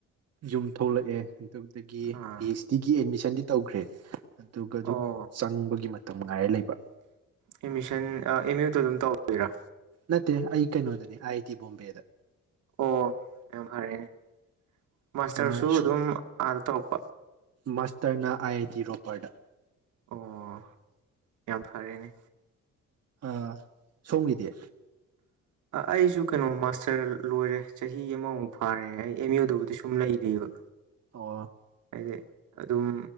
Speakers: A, on the right; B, on the right.
A: ꯌꯨꯝ ꯊꯣꯛꯂꯛꯑꯦ ꯑꯗꯨꯗꯒꯤ
B: ꯑꯥ
A: ꯄꯤ ꯑꯩꯆ ꯗꯤꯒꯤ ꯑꯦꯗꯃꯤꯁꯟꯗꯤ ꯇꯧꯈ꯭ꯔꯦ ꯑꯗꯨꯒ ꯑꯗꯨꯝ
B: ꯑꯣ
A: ꯆꯪꯕꯒꯤ ꯃꯇꯝ ꯉꯥꯏꯔ ꯂꯩꯕ
B: ꯑꯦꯠꯃꯤꯁꯟ ꯑꯦꯝ ꯌꯨꯗ ꯑꯗꯨꯝ ꯇꯧꯣꯏꯔꯥ
A: ꯅꯠꯇꯦ ꯑꯩ ꯀꯩꯅꯣꯗꯅꯤ ꯑꯥꯏ ꯇꯤ ꯕꯣꯝꯕꯦꯗ
B: ꯑꯣ ꯌꯥꯝ ꯐꯔꯦꯅꯦ ꯃꯥꯁꯇꯔꯁꯨ
A: ꯑꯥ
B: ꯑꯗꯨꯝ ꯑꯥꯗ ꯇꯧꯔꯛꯄ
A: ꯃꯥꯁꯇꯔꯅ ꯑꯥꯏ ꯑꯥꯏ ꯇꯤ ꯔꯣꯄꯔꯗ
B: ꯑꯣ ꯌꯥꯝ ꯐꯔꯦꯅꯦ
A: ꯑ ꯁꯣꯝꯗꯤ
B: ꯑꯩꯁꯨ ꯀꯩꯅꯣ ꯃꯥꯁꯇꯔ ꯂꯣꯏꯔꯦ ꯆꯍꯤ ꯑꯃꯃꯨꯛ ꯐꯥꯔꯦ ꯑꯩ ꯑꯦꯝ ꯌꯨꯗꯕꯨꯗꯤ ꯁꯨꯝ ꯂꯩ ꯖꯤꯕ
A: ꯑꯣ
B: ꯍꯥꯏꯗꯤ ꯑꯗꯨꯝ